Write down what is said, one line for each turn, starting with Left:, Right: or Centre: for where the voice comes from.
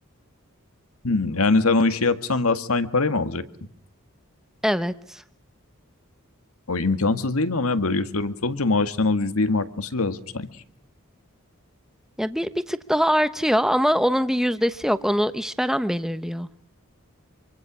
Left: Hmm, yani sen o işi yapsan da aslında aynı parayı mı alacaktın?
Centre: Evet.
Left: O imkansız değil mi ama ya bölge sorumlusu olunca maaştan az %20 artması lazım sanki.
Centre: Ya bir bir tık daha artıyor ama onun bir yüzdesi yok. Onu işveren belirliyor.